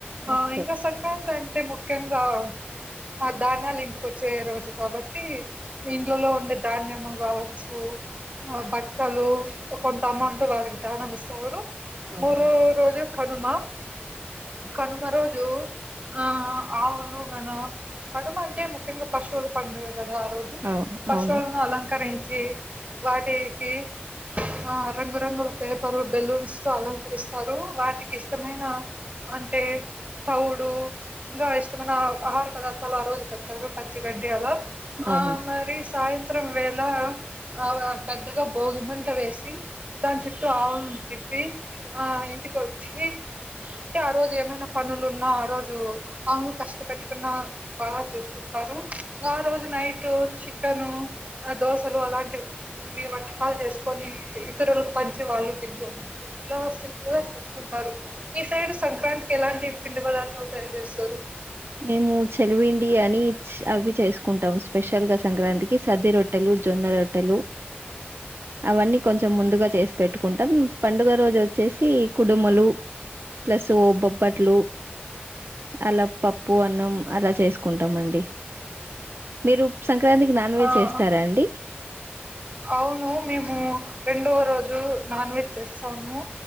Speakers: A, on the right (about 35°); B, on the right (about 75°).
A: ఆ
B: ఓకే
A: ఇంకా సంక్రాంతి అంటే ముఖ్యంగా ఆ ధాన్యాలు ఇంటికొచ్చే రోజు కాబట్టి ఇంట్లలో ఉండే ధాన్యము కావచ్చు ఆ బట్టలు కొంత అమౌంట్ వారికి దధ్యానం ఇస్తారు
B: అవును
A: మూరో రోజు కనుమ కనుమ రోజు ఆ ఆవులు న కనుమ అంటే ముఖ్యంగా పశువులు పండుగ కదా ఆ రోజు
B: అవును
A: పశువులను
B: అవును
A: అలంకరించి వాటికి ఆ రంగురంగుల పేపరు బెలూన్స్ తో అలంకరిస్తారు వాటికి ఇష్టమైన అంటే తౌడూ ఇంకా ఇష్టమైన ఆహార పదార్థాలు ఆ రోజు పెడతారు పచ్చి గడి అలా
B: అవును
A: ఆ మరి సాయంత్రం మారం వేళ ఆ పెద్దగా భోగిమంట వేసి దాని చుట్టూ ఆవులు తి చెప్పి ఆ ఇంటికి వచ్చి అంటే ఆ రోజు ఏమైనా పనులున్నా ఆ రోజు కట్టుకు బా చూకు ఆ రజు నై చ ను దోసలు అలాంటి మీ వంటకాలు చేసుకొని ఇతరులకు పంచి వాళ్ళు తింటూ ఉంటారు ఇలా సింపుల్ గా చేసుకుంటారు ఈ సైడ్ సంక్రాంతి ఎలాంటి పిండి పదార్ తయారు చేస్తారు
B: మేము చెలపిండి అని అవి చేసుకు కుంటాం స్పెషల్ గా సంక్రాంతికి సది రొట్టెలు జొన్న రొట్టెలు అవన్నీ కొంచెం ముందుగా చేసి పెట్టుకుంటాం పండుగ రోజు వచ్చేసి కుడుమలు ప్లస్ బొబ్బట్లు అలా ప ప అన్నం అలా చేసుకుంటాండి మీరు సంక్రాంతికి నాన్ వెజ్
A: ఆ
B: చేస్తారా అండి
A: అవును మేము రెండో రోజు నాన్ వెజ్ చేస్తాము